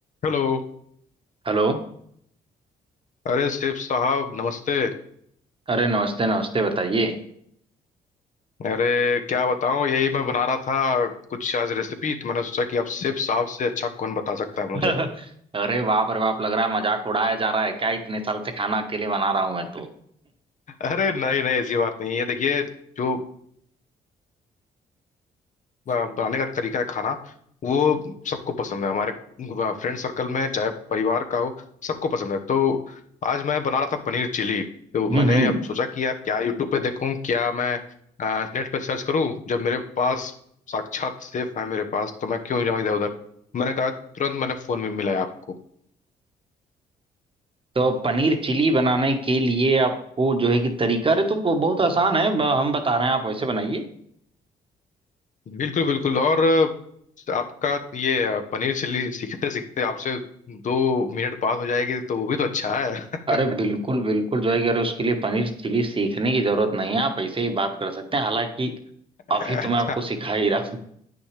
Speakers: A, on the left; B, on the right.
A: Hello
B: हेलो
A: अरे सेफ साहब नमस्ते
B: अरे नमस्ते नमस्ते बताइए
A: अरे क्या बताऊं यही मैं बना रहा था कुछ आज रेसिपी तो मैंने सोचा कि आप सेफ साहब से अच्छा कौन बता सकता है मुझे
B: <laughs> अरे बाप रे बाप लग रहा है मजाक उड़ाया जा रहा है क्या इतने साल से खाना अकेले बना रहा हूं मैं तो
A: अरे नहीं नहीं ऐसी बात नहीं है देखिए जो ब- बनाने का तरीका है खाना वो सबको पसंद है हमारे फ्रेंड सर्कल में चाहे परिवार का हो सबको पसंद है तो आज मैं बना रहा था पनीर चिली तो
B: हम्म
A: मैंने
B: हम्म
A: अब सोचा कि यार क्या यूट्यूब पे देखूं क्या मैं नेट पे सर्च करूं जब मेरे पास साक्षात सेफ है मेरे पास तो मैं क्यों जाऊं इधर उधर मैंने कहा तुरंत मैंने फोन में मिलाया आपको
B: तो पनीर चिली बनाने के लिए आपको जो है कि तरीका अरे तो वो बहुत आसान है ब- हम बता रहे हैं आप वैसे बनाइए
A: बिल्कुल बिल्कुल और अ, आपका ये अ, पनीर चिल्ली सीखते सीखते आपसे दो मिनट बात हो जाएगी तो वो भी तो अच्छा है
B: अरे बिल्कुल बिल्कुल जो है कि अरे उसके लिए पनीर चिली सीखने की जरूरत नहीं है आप ऐसे ही बात कर सकते हैं हालांकि
A: <laughs>
B: अभी तो मैं आपको सिखा ही रहा हूँ